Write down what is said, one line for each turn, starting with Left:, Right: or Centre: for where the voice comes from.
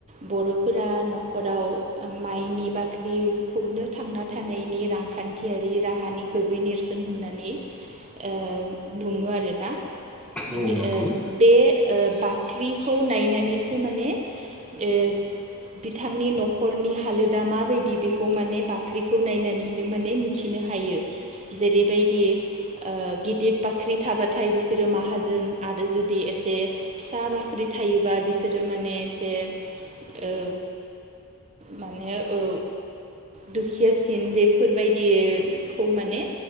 Right: बर'फोरा न'खराव माइनि बाख्रिखौनो थांना थानायनि रां खान्थियारि राहानि गुबै नेर्सोन होननानै ओ बुङो आरोना। ओ
Centre: औ नंगौ औ नंगौ
Right: बे ओ बाख्रिखौ नायनानैसो माने ओ बिथांनि न'खरनि हालोदा माबायदि बे खौ माने बाख्रिखौ नायनानैनो माने मिथिनो हायो जेरैबायदि ओ गिदिर बाख्रि थाबाथाय बिसोरो माहाजोन आरो जुदि एसे फिसा बाख्रि थायोबा बिसोरो माने एसे ओ माने औ दुखियासिन बेफोरबायदि खौ माने